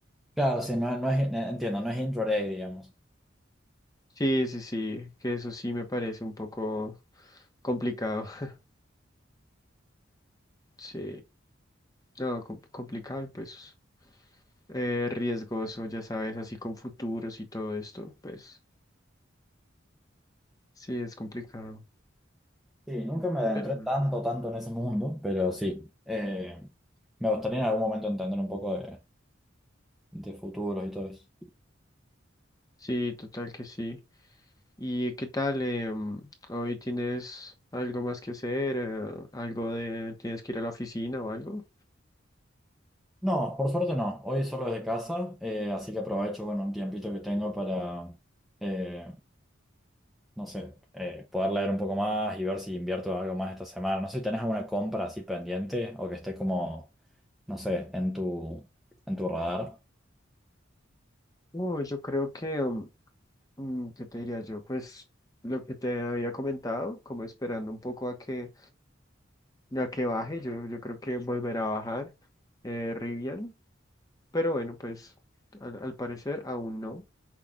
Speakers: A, in the centre; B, on the left (about 20°).
A: Claro, sí, no, es- no es, eh, entiendo, no es intraday, digamos.
B: Sí, sí, sí, que eso sí me parece un poco complicado. <laughs> Sí, no, com- complicado y pues eh, riesgoso, ya sabes, así con futuros y todo esto, pues sí, es complicado.
A: Sí, nunca me adentré
B: Pero no.
A: tanto, tanto en ese mundo, pero sí, eh, me gustaría en algún momento entender un poco de, de futuros y todo eso.
B: Sí, total que sí. ¿Y qué tal? eh, mm, ¿hoy tienes algo más que hacer? eh, ¿algo de... ¿Tienes que ir a la oficina o algo?
A: No, por suerte no, hoy solo desde casa, eh, así que aprovecho, bueno, un tiempito que tengo para, eh, no sé, eh, poder leer un poco más y ver si invierto algo más esta semana. No sé si tenés alguna compra así pendiente o que esté como, no sé, en tu, en tu radar.
B: No, yo creo que, mm, mm, ¿qué te diría yo? Pues lo que te había comentado, como esperando un poco a que, a que baje, yo, yo creo que volverá a bajar eh, Rivian, pero bueno, pues al, al parecer aún no.